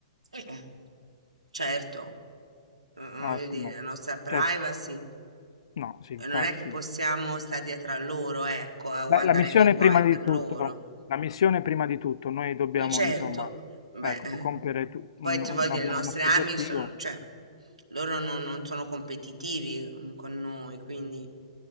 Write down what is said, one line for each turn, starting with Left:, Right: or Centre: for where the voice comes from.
Right: Eh, Certo, eh, voglio
Left: Ottimo.
Right: dire, la nostra privacy.
Left: Cioè, no, sì, infatti.
Right: eh, Non è che possiamo stare dietro a loro, ecco, eh, o
Left: Beh,
Right: andare
Left: la missione
Right: nei guai
Left: prima di
Right: per loro.
Left: tutto, la missione prima di tutto, noi dobbiamo,
Right: Eh, Certo,
Left: insomma,
Right: beh,
Left: ecco,
Right: <laughs>
Left: compiere tu- un-
Right: poi ti
Left: un-
Right: voglio dire,
Left: abbiamo
Right: le nostre
Left: il nostro
Right: armi
Left: obiettivo.
Right: sono, cioè, loro non, non sono competitivi mm, con noi, quindi